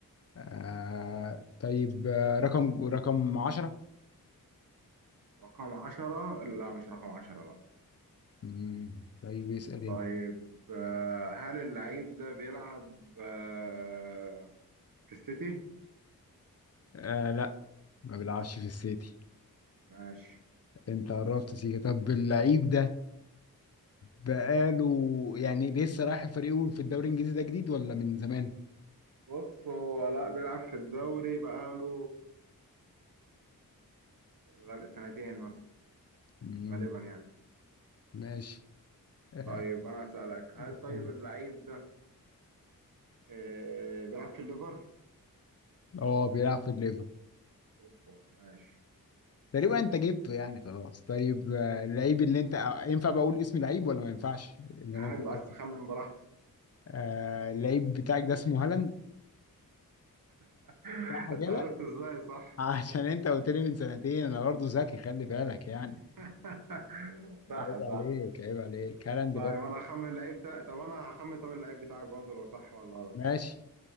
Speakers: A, on the left (about 45°); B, on the right (about 70°).
A: آه طيب آه رقم رقم 10
B: رقم عشرة لا مش رقم عشرة لا
A: امم طيب اسأل أنت
B: طيب آه، هل اللعيب ده بيلعب آه، في السيتي؟
A: آه لا ما بيلعبش في السيتي
B: ماشي
A: انت قربت سيكا طب اللعيب ده بقاله يعني لسه رايح الفريق في الدوري الانجليزي ده جديد ولا من زمان؟
B: بص هو لا بيلعب في الدوري بقاله غال- سنتين مثلا
A: مم.
B: غالبا يعني
A: ماشي اه
B: طيب انا اسألك هل
A: استنى.
B: طيب اللعيب ده آه، بيلعب في الليفر؟
A: اه، بيلعب في الليفر
B: اوبا ماشي
A: تقريبا انت جبته يعني خلاص طيب اه، اللعيب اللي انت اه، ينفع بقول اسم لعيب ولا ما ينفعش؟ اللي
B: عادي
A: انا بفكر
B: بس تخمن
A: فيه
B: براحتك
A: آه اللعيب بتاعك ده اسمه هالاند
B: <laughs>
A: صح
B: انت
A: كده؟
B: عرفته ازاي صح؟
A: <laughs> عشان انت قلت لي من سنتين انا برضه ذكي خلي بالك يعني
B: <laughs> صح
A: عيب عليك
B: صح
A: عيب عليك هالاند
B: طيب
A: برضه
B: انا هخمن اللعيب بتاع طب انا هخمن طب اللعيب بتاعك برضه لو صح ولا غلط
A: ماشي